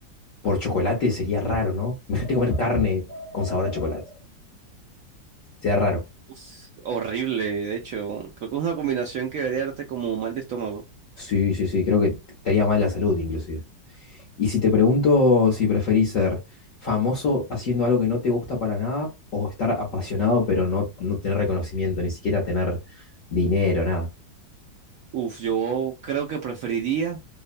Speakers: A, on the left; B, on the right.
A: por chocolate sería raro, ¿no? Imagínate comer carne con sabor a chocolate. Sería raro.
B: Uf, horrible, de hecho. Creo que es una combinación que debería darte como mal de estómago.
A: Sí, sí, sí, creo que estaría mal la salud inclusive. Y si te pregunto si preferís ser famoso haciendo algo que no te gusta para nada o estar apasionado pero no, no tener reconocimiento, ni siquiera tener dinero, nada.
B: Uf, yo creo que preferiría,